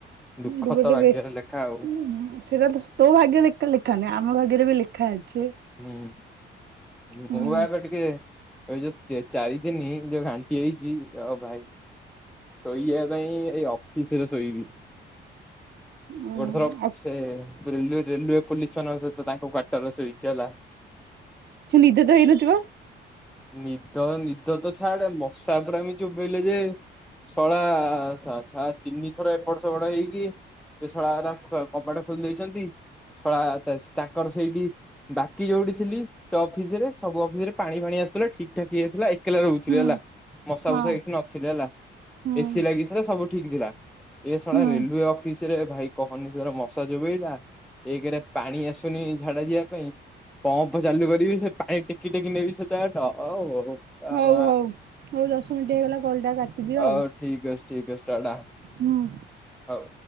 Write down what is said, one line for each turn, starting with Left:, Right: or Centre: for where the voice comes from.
Centre: ଦୁଃଖ
Right: ଡୁବଦେ
Centre: ତ ଭାଗ୍ୟରେ
Right: ବେଶ
Centre: ଲେଖା ଆଉ
Right: ହୁଁ ସେଇଟା ତୋ ଭାଗ୍ୟରେ ଏକା ଲେଖା ନାହିଁ ଆମ ଭାଗ୍ୟରେ ବି ଲେଖା ଅଛି
Centre: ହୁଁ
Right: ହୁଁ
Centre: ବେଉ ପାଏବେ ଟିକେ ଏଇ ଯୋଉ ଚାରି ଦିନି ଯୋଉ ଘାଣ୍ଟି ହେଇଛି ଆଉ ଭାଇ ଶୋଇବା ପାଇଁ ଏଇ ଅଫିସିରେ ଶୋଇବି
Right: ଉଁ
Centre: ଗୋଟେ ଥର
Right: ଆଉ
Centre: ସେ ରେୱଏ ପୋଲିସି ମାନଙ୍କ ସହିତ ତାଙ୍କ କ୍ଵାଟରରେ ଶୋଇଛି ହେଲା
Right: କି ନିଦ ତ ହେଇନଥିବ
Centre: ନିଦ ନିଦ ତ ଛାଡ ମଶା ପୁରା ଏମିତି ଚୋବେଇଲେ ଯେ ଶଳା ଛା ତିନି ଥର ଏପଟ ସେପଡ ହେଇକି ସେ ଶଳା କବାଟ ଖୋଲି ଦେଇଛନ୍ତି ଶଳା ତାଙ୍କର ସେଇଠି ବାକି ଯୋଉଠି ଥିଲି ଅଫିସରେ ସବୁ ଅଫିସ ରେ ପାଣି ଫାଣି ଆସୁଥିଲା ଠିକ ଠାକ ହେଇଯାଇଥିଲା ଏକଲା ରହୁ
Right: ହୁଁ
Centre: ହେଲା ମଶା
Right: ହଁ।
Centre: ଫସା କିଛି ନଥିଲି ହେଲା
Right: ହୁଁ
Centre: ଏସି ଲାଗିଥିଲା ସବୁ ଠିକ ଥିଲା ଏଇା
Right: ହୁଁ।
Centre: ରେଲୱେ ଅଫିସ ରେ ଭାଇ କହନିର ମଶା ଚୋଵେଇଲା ଏକରେ ପାଣି ଆସୁନି ଝାଡା ଯିବା ପାଇଁ ପମ୍ପ ଚାଲୁ କରିବି ସେ ପାଣି ଟେକି ଟେକି ନେବି ସେତ ବାଟ ବୋପା
Right: ହଉ
Centre: ମା
Right: ହଉ ହଉ ଦଶ ମିନିଟ୍ ହେଇଗଲା କଲ୍ ଟା କାଟିଦିଅ
Centre: ଆଉ ଠିକ ଅଛି ଠିକ ଅଛି ଟାଟା
Right: ହୁଁ।
Centre: ହଉ